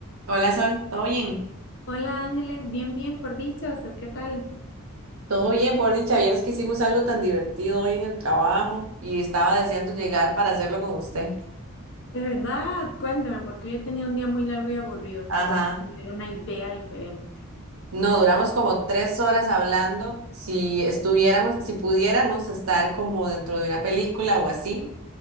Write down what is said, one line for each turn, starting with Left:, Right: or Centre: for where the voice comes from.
Right: Hola Sol, ¿todo bien?
Left: Hola Ángeles, bien, bien, por dicha, ¿usted qué tal?
Right: Todo bien, por dicha, vieras que hicimos algo tan divertido hoy en el trabajo y estaba deseando llegar para hacerlo con usted.
Left: De verdad, cuénteme, porque hoy he tenido un día muy largo y aburrido,
Right: Ajá.
Left: quiero tener una idea diferente.
Right: No, duramos como tres horas hablando. Si estuviéramos, si pudiéramos estar como dentro de una película o así,